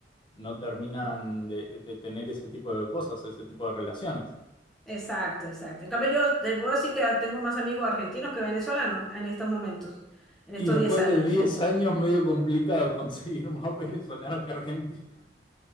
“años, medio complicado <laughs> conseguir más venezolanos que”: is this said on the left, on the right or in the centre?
Left